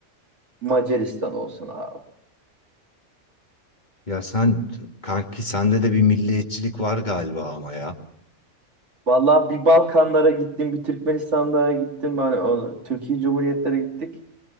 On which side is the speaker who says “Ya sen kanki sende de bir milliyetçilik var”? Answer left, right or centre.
Left